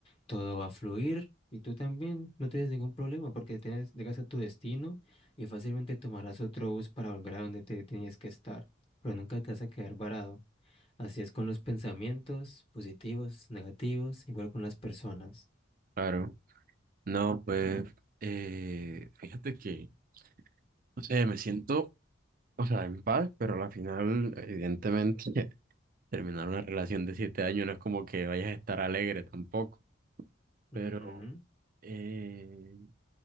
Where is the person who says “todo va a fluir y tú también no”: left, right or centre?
Left